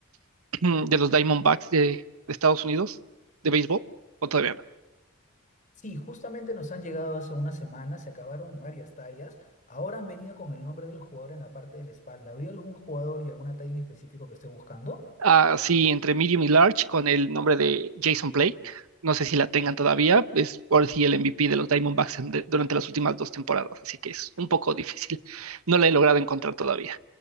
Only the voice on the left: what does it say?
Sí, justamente nos han llegado hace una semana, se acabaron varias tallas. Ahora han venido con el nombre del jugador en la parte de la espalda. ¿Habría algún jugador y alguna talla en específico que esté buscando?